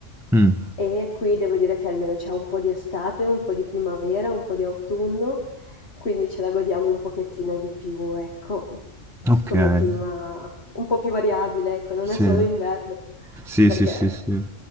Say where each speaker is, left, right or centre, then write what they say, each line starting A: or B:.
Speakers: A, in the centre; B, on the left.
A: Mh.
B: e qui devo dire che almeno c'è un po' di estate, un po' di primavera, un po' di autunno, quindi ce la godiamo un pochettino di più, ecco,
A: Okay,
B: come clima un po' più variabile, ecco, non
A: sì.
B: è solo inverno,
A: Sì,
B: perché
A: sì, sì, sì.